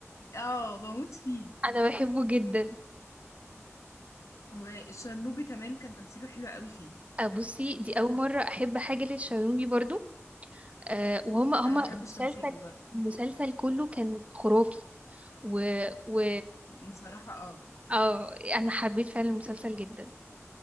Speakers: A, on the left; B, on the right.
A: اه بموت فيه
B: انا بحبه جدا
A: والشرنوبي كمان كان تمثيله حلو قوي فيه
B: آه، بصي دي اول مره احب حاجه للشرنوبي برضو آه، وهم هم
A: انا ما
B: المسلسل
A: بحبش تمثيله برضه
B: المسلسل كله كان خرافي و و
A: بصراحة اه
B: اه انا حبيت فعلا المسلسل جدا